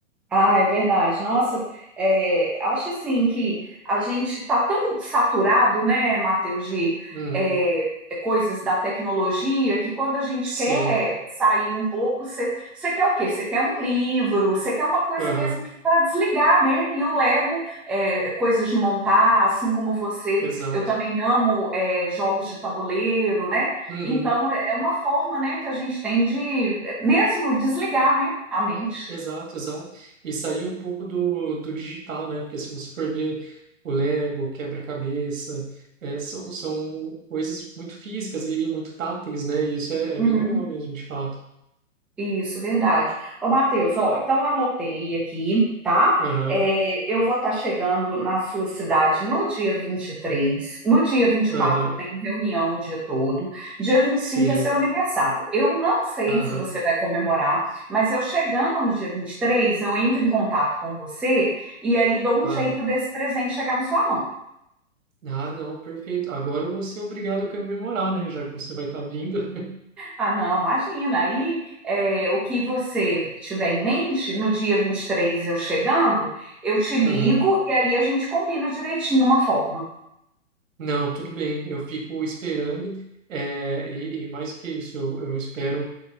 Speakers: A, in the centre; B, on the right (about 80°).
A: Ah, é verdade. Nossa, é, acho assim que a gente está tão saturado, né, Matheus, de
B: Uhum,
A: é, coisas da tecnologia, que quando a gente
B: sim,
A: quer sair um pouco, você quer o quê? Você quer um livro, você quer uma coisa
B: aham,
A: mesmo para desligar, né? E o Lego, é, coisas de montar, assim como você,
B: exato.
A: eu também amo é, jogos de tabuleiro, né?
B: Uhum,
A: Então, é é uma forma, né, que a gente tem de é, mesmo desligar, né, a mente.
B: exato, exato. E sair um pouco do, do digital, né? Porque se você for ver o Lego, o quebra-cabeça, é, são, são coisas muito físicas e muito táteis, né? E isso é, é
A: Uhum.
B: bem legal mesmo, de fato.
A: Isso, verdade. Ô, Matheus, ó, então anotei aqui, tá?
B: Aham,
A: É, eu vou estar chegando na sua cidade no dia vinte e três, No dia vinte
B: aham,
A: e quatro tem reunião o dia todo. Dia vinte
B: sim.
A: e cinco é seu aniversário. Eu não sei
B: Aham,
A: se você vai comemorar, mas eu chegando no dia 23 eu entro em contato com você e aí dou
B: claro.
A: um jeito desse presente chegar na sua mão.
B: Ah, não, perfeito. Agora eu vou ser obrigado a comemorar, né? Já que você vai estar vindo. <laughs>
A: Ah, não, imagina. Aí, é, o que você tiver em mente, no dia 23 eu chegando, eu te ligo
B: Uhum.
A: e aí a gente combina direitinho uma forma.
B: Não, tudo bem. Eu fico esperando. É, e, e mais do que isso, eu, eu espero